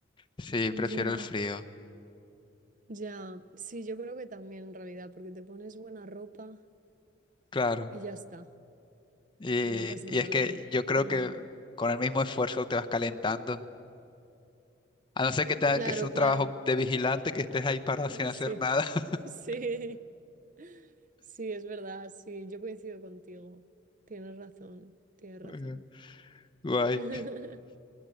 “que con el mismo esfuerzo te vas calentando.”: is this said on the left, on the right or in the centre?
Left